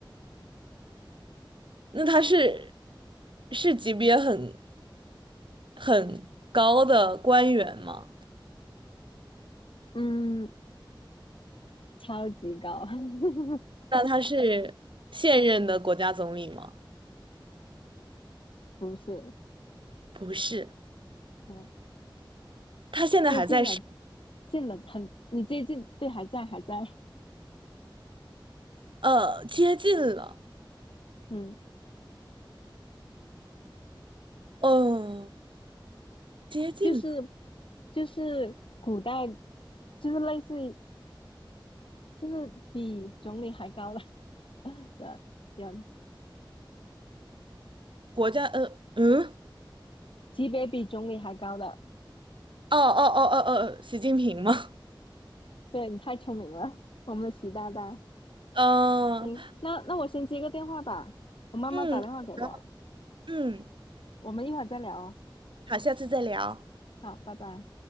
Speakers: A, on the right; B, on the left.
A: 那他是是级别很很高的官员吗？
B: 嗯，超级高，<laughs>
A: 那他是现任的国家总理吗？
B: 不是，
A: 不是，
B: 嗯，
A: 他现在还在世，
B: 接近了，近了很，你接近，对，还在，还在，
A: 呃，接近了，
B: 嗯，
A: 呃，接近了，
B: 就是就是古代，就是类似于，就是比总理还高的 <laughs> 的人，
A: 国家，呃，嗯，
B: 级别比总理还高的，
A: 哦哦哦哦哦，习近平吗？
B: 对你太聪明了，<laughs> 我们的习大大，
A: <laughs> 嗯、
B: 行，那那我先接个电话吧，我妈妈打电话给我，
A: 嗯，然后嗯，
B: 我们一会儿再聊啊，
A: 好，下次再聊。
B: 好，拜拜。